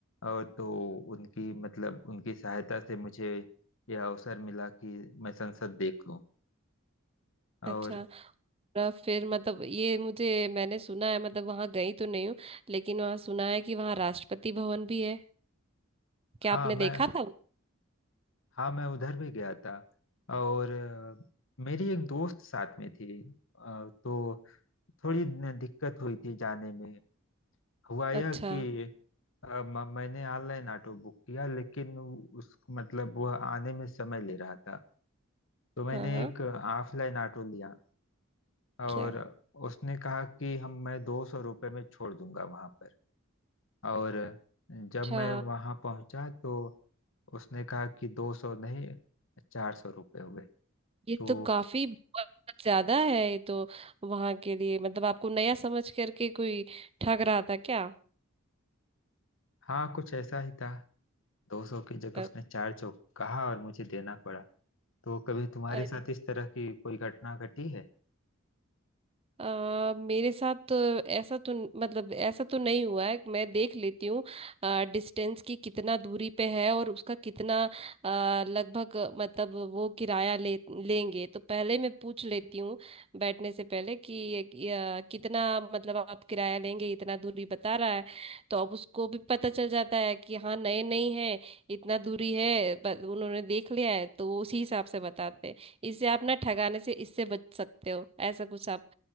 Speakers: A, on the left; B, on the right.
A: और तो उनकी मतलब उनकी सहायता से मुझे यह अवसर मिला कि मैं संसद देख लूं और
B: अच्छा और फिर मतलब ये मुझे मैंने सुना है मतलब वहां गई तो नहीं हूँ लेकिन वहां सुना है कि वहां राष्ट्रपति भवन भी है क्या
A: हाँ
B: आपने
A: मैं
B: देखा था वो?
A: हाँ मैं उधर भी गया था और अ, मेरी एक दोस्त साथ में थी अ, तो थोड़ी न- दिक्कत हुई थी जाने में हुआ यह
B: अच्छा
A: कि अ, म- मैंने ऑनलाइन ऑटो बुक किया लेकिन उस मतलब वह आने में समय ले रहा था तो मैंने
B: हाँ हाँ
A: एक ऑफलाइन ऑटो लिया और
B: क्या
A: उसने कहा कि हम मैं दो सौ रुपये में छोड़ दूंगा वहां पर और जब
B: अच्छा
A: मैं वहां पहुंचा तो उसने कहा कि दो सौ नहीं चार सौ रुपये हुए
B: ये
A: तो
B: तो काफी बहुत ज्यादा है ये तो वहां के लिए मतलब आपको नया समझ करके कोई ठग रहा था क्या
A: हाँ कुछ ऐसा ही था दो सौ की जगह
B: अ-
A: उसने चार सौ कहा और मुझे देना पड़ा तो कभी तुम्हारे
B: अरे
A: साथ इस तरह की कोई घटना घटी है
B: अ मेरे साथ तो ऐसा तो मतलब ऐसा तो नहीं हुआ है मैं देख लेती हूँ डिस्टेंस की कितना दूरी पे है और उसका कितना अ, लगभग मतलब वो किराया ले लेंगे तो पहले मैं पूछ लेती हूँ बैठने से पहले कि ये- कि, अ, कितना मतलब आप किराया लेंगे इतना दूरी बता रहा है तो अब उसको भी पता चल जाता है कि हाँ नए नहीं है इतना दूरी है पर उन्होंने देख लिया है तो वो उसी हिसाब से बताते हैं इससे आप ना ठगाने से इससे बच सकते हो ऐसा कुछ आप